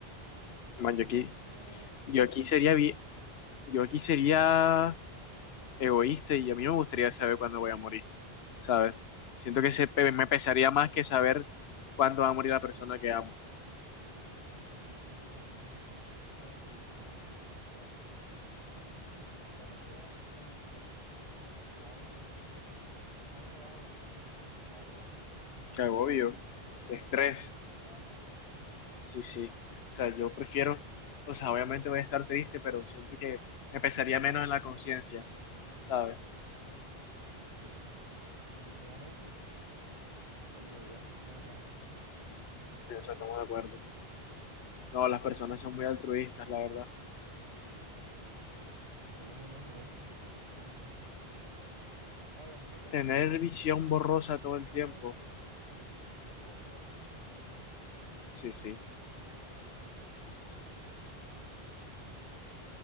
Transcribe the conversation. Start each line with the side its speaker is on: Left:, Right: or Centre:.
Right: A
Left: Man,
Right: ver,
Left: yo
Right: yo
Left: aquí,
Right: prefiero.
Left: yo aquí sería
Right: Yo creo
Left: bien.
Right: que yo prefiero.
Left: Yo aquí sería egoísta y a mí no me gustaría saber cuándo voy a morir, ¿sabes? Siento que se pe- me pesaría más que saber cuándo va a morir la persona que amo.
Right: Sí, yo creo que también. Es que, a ver, saber cuándo vas a morir, o sea, decir, uff, ya me quedan dos días. Uff, ya hoy un día. Media hora. Uy, no, qué agobio, qué agonía.
Left: Qué agobio,
Right: Y
Left: qué
Right: no
Left: estrés.
Right: poder hacer nada para cambiarlo.
Left: Sí, sí. O sea, yo prefiero, o sea, obviamente voy a estar triste, pero siento que me pesaría menos en la conciencia, ¿sabes?
Right: Sí, sí, sí, sí. Definitivamente, cuando me la persona que amas.
Left: En eso estamos de acuerdo. No, las personas son muy altruistas, la verdad.
Right: Sí, sí. Somos unos egoístas nosotros, según. A ver, ¿qué prefieres?
Left: Tener visión
Right: ¿Tener
Left: borrosa
Right: visión
Left: todo
Right: borrosa
Left: el tiempo.
Right: todo el tiempo? Ah, esta ya la hicimos la vez pasada.
Left: Sí, sí.
Right: Mm,